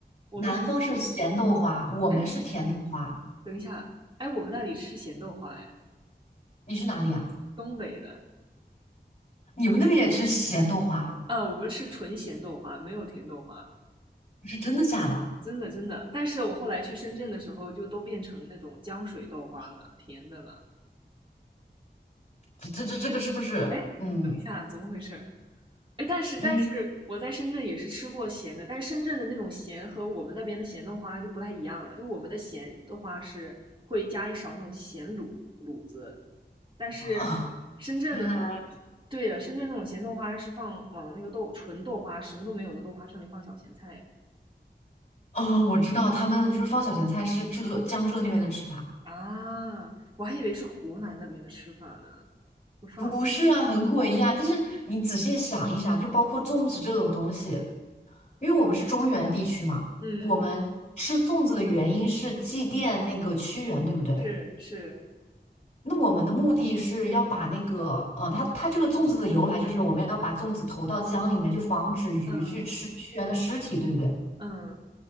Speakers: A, on the right; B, on the left.
A: 我们吃咸，
B: 南方是咸豆花，我们是甜豆花。
A: 哎，等一下，哎，我们那里吃咸豆花，哎，
B: 你是哪里啊？
A: 东北的
B: 你们那边也吃咸豆花？
A: 啊，我们吃纯咸豆花，没有甜豆花，
B: 是真的假的？
A: 真的真的。但是我后来去深圳的时候，就都变成那种浆水豆花了，甜的了。
B: 这这这这个是不是？
A: 哎，
B: 嗯
A: 等一下，怎么回事？哎，但是但是我在深圳也是吃过咸的，
B: 嗯
A: 但是深圳的那种咸和我们那边的咸豆花就不太一样了。就我们的咸豆花是会加一勺那种咸卤卤子，但是深圳的那种，
B: 啊，原来。
A: 对了，深圳那种咸豆花是放往那个豆纯豆花什么都没有的豆花上面放小咸菜
B: 哦，我知道他们就是放小咸菜是浙江浙那边的吃法，
A: 啊，我还以为是湖南那边的吃法呢，会放，
B: 不是啊，很诡异啊。但是你仔细想一想，就包括粽子这种东西，因为我们是中原地区嘛，
A: 嗯，
B: 我们吃粽子的原因是祭奠那个屈原，对不对？
A: 是是，
B: 那我们的目的是要把那个，呃，它它这个粽子的由来就是我们要把粽子投到江里面，就防止鱼去吃屈原的尸体，
A: 嗯
B: 对不对？
A: 嗯，